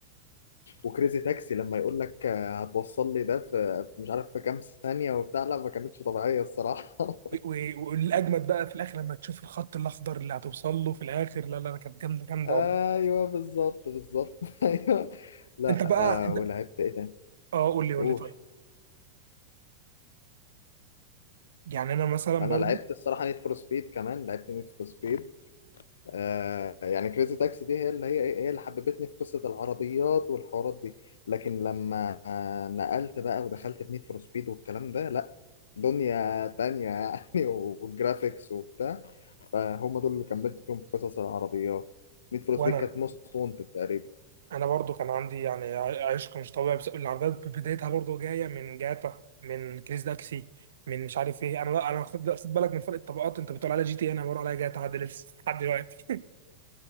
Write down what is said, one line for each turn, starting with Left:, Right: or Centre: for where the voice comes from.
Left: وكريزي تاكسي لما يقول لك آه، هتوصل لي ده في في مش عارف في كام ثانيه وبتاع لا ما كانتش طبيعيه الصراحه <laughs>
Right: و- و- والاجمد بقى في الاخر لما تشوف الخط الاخضر اللي هتوصل له في الاخر لا لا لا، كانت جامده جامده
Left: ايوه
Right: والله
Left: بالظبط بالظبط <laughs> ايوه لا
Right: انت بقى انت
Left: آه ولعبت ايه تاني
Right: اه قول لي قول
Left: قول
Right: لي طيب يعني انا مثلا
Left: انا
Right: برضو
Left: لعبت الصراحه نيد فور سبيد كمان لعبت نيد فور سبيد آه، يعني كريزي تاكسي دي هي اللي هي إيه؟ هي اللي حببتني في قصة العربيات والحوارات دي لكن لما آه، نقلت بقى ودخلت في نيد فور سبيد والكلام ده لا دنيا تانية يعني <laughs> والجرافيكس وبتاع فهم دول اللي كملت فيهم في قصص العربيات نيد فور
Right: وانا
Left: سبيد كانت موست وانتد تقريبا
Right: انا برضو كان عندي يعني ع- عشق مش طبيعي بس العربيات بدايتها برضو جايه من جاتا من كريس داكسي من مش عارف ايه انا لا انا خد لا، خد بالك من فرق الطبقات انت بتقول عليها جي تي إيه، انا بقول عليها جاتا لحد لسه لحد دلوقتي